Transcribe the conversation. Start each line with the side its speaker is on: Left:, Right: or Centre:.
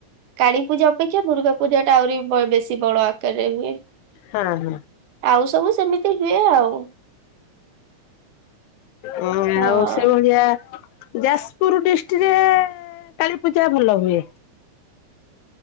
Right: କାଳୀ ପୂଜା ଅପେକ୍ଷା ଦୁର୍ଗା ପୂଜା ଟା ଆହୁରି ବେଶୀ ବଡ ଆକାରରେ ହୁଏ।
Left: ହଁ ହଁ।
Right: ଆଉ ସବୁ ସେମିତି ହୁଏ ଆଉ।
Left: ହଁ
Right: ହଁ।
Left: ଆଉ ସେ ଭଳିଆ ଯାଜପୁର ଡିଷ୍ଟ୍ରିକ୍ଟରେ କାଳୀପୂଜା ଭଲ ହୁଏ।